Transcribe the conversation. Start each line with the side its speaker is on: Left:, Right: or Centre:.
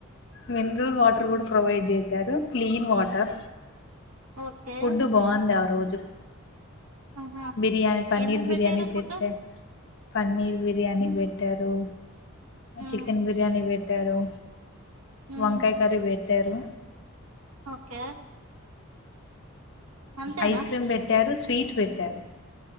Left: మిన్రల్ వాటర్ గుడా ప్రొవైడ్ చేశారు క్లీన్ వాటర్
Right: ఓకే
Left: ఫుడ్ బాగుంది ఆ రోజు
Right: ఆహా
Left: బిర్యానీ పన్నీర్
Right: ఏమేం
Left: బిర్యానీ
Right: పెట్టారు
Left: పెట్ట
Right: ఫుడ్
Left: పన్నీర్ బిర్యానీ పెట్టారు.
Right: మ్మ్
Left: చికెన్ బిర్యానీ పెట్టారు.
Right: మ్మ్
Left: వంకాయ కర్రీ పెట్టారు.
Right: ఓకే అంతేనా
Left: ఐస్ క్రీమ్ పెట్టారు. పీట్ పెట్టారు.